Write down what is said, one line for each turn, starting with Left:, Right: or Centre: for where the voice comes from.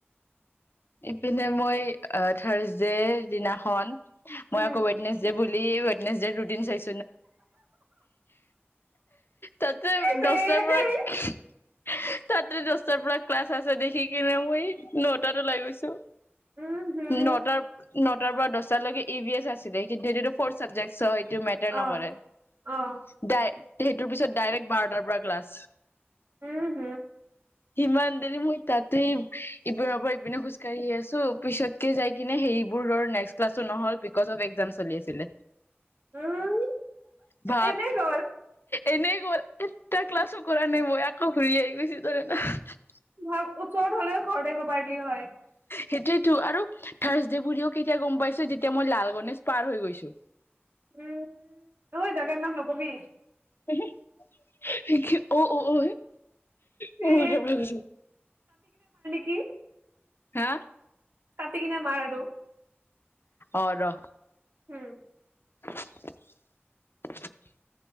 Left: ইপিনে মই আহ থাৰছডেৰ দিনাখন। মই
Right: উম
Left: আকৌ বুল নেট চাই তা
Right: এ ৰে
Left: দছটাৰ পৰা
Right: ধেই
Left: তাতেতে দছটাৰ পৰা ক্লাছ আছে দেখি কিনে মই নটাত ওলাই গৈছো
Right: উম হুম
Left: নটাৰ নটাৰ পৰা দহ তাৰ লগে ই বি এছ আছিল কিন্তু সেইটোটো ফ চাবজেক টো মেটাৰ নকৰোই
Right: অ অ
Left: সেইটোৰ পিছত ডাইৰেক্ট বাৰটাৰ পৰা ক্লাছ
Right: উম হম
Left: সিমান দেৰি মই তাতেই ইপিনৰ পৰা ইপিনে খোজকাঢ়ি আছো পিছতকে যাই কিনে সেইবোৰ্্লাছো নহল বি অ এক চল আছিল
Right: উম
Left: ভাব
Right: এনেই গ'ল
Left: এনেই কৰ এটা ক্লাছো কৰা নব অ ঘূৰি আহি গৈছে ন
Right: ভ চৰত হলেও ঘৰিব পাৰিলি হয়
Left: সেইটোোৱতো আৰু থাৰছডে বুলিও কেতিয়া গম পাইছো যেতিয়া মই লাল গনেেশ পাৰ হৈ গৈছো
Right: উম ন ত গ নামন গবি
Left: <unintelligible> অ অ অ ম
Right: এ কি
Left: হা
Right: কটিগনেে মাৰাৰ
Left: অ
Right: উম
Left: <unintelligible>